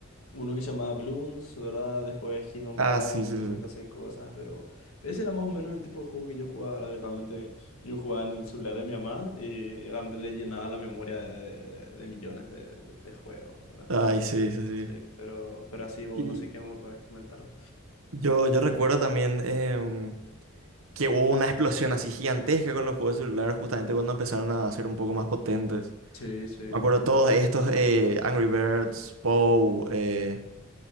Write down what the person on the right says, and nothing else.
Ah,
sí, sí,
sí.
Ay, sí, sí,
sí.
Y
yo, yo recuerdo también em, que hubo una explosión así gigantesca con los juegos celulares justamente cuando empezaron a ser un poco más potentes.
Me acuerdo todos estos, eh, Angry Birds, Pou, eh,